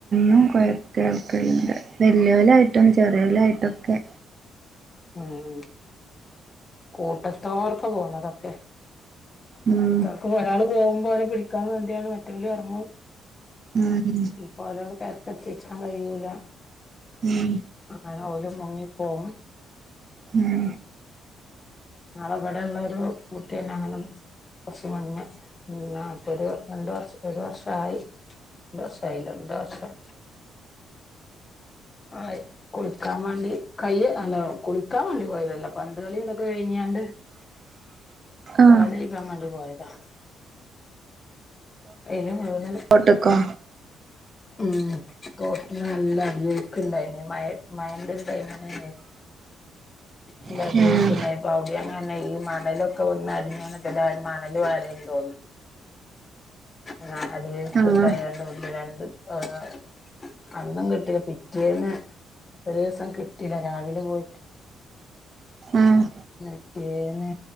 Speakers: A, on the right; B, on the left.
A: ഉം കൊയർ കേൾക്കല്ണ്ട് വെല്യോലായിട്ടും ചെറിയോലായിട്ടും ഒക്കെ
B: അയെന്നെ കൂട്ടത്തോട്ക്ക പോണതൊക്കെ
A: ഉം
B: ഇത്തലക്ക ഒരാള് പോകുമ്പൊ അവരെ പിടിക്കാന് വേണ്ടിയാണ് മറ്റോലും എറങ്ങും
A: നാരങ്ങ
B: ഇപ്പവലോല കരക്കെത്തിച്ചാൻ കഴിയൂല
A: ഉം
B: അങ്ങനെ ഓല് മുങ്ങിപ്പോവും
A: ഉം
B: ഇന്നാള് ഇബടെ ഇള്ളാരു കുട്ടിയെന്നങ്ങണ്ട് കൊറച്ച് മുന്നെ പിന്നാ ഇപ്പൊരു രണ്ട് വർഷ് ഒരു വർഷായി രണ്ട് വർഷായി രണ്ട് വർഷം ആയിക്കൊട് ക്കാം വാണ്ടി കയ്യ് അല്ല കുളിക്കാ വാണ്ടി പോയതല്ലട്ട പന്ത്‌ കളിന്റക്ക ഒര് കെയ്ഞ്ഞ്ങ്ങാണ്ട്
A: ആഹ്
B: കാല് കെയ്കാം മാണ്ടിപോയതാ ഐല് വീണതാ
A: തോട്ട്ക്കോ
B: ഉം തോട്ടില് നല്ല അടിയൊയ്ക്ക്‌ ഇണ്ടായിന് മയെ മഴന്റെ ഒര് ടൈമിനേയി ഇല്ല
A: ആഹ്
B: അടിയൊയ്ക്ക്‌ ഇണ്ടായ പൗതിലെങ്ങാനും ഈ മണലൊക്കെ വന്നടിഞ്ഞാണ് ഇബലാരും മണല് വാരല് തോന്ന് ആഹ് അത് ഇപ്പണ്ടായി
A: ആഹ്
B: രണ്ട് മുണ്ട് രണ്ട് <unintelligible> അന്നും കിട്ടീല പിറ്റേന്ന് ഒരു ദിവസം കിട്ടീല രാവിലെ പോയിറ്റ് <unintelligible>
A: ആഹ്
B: റ്റേന്ന്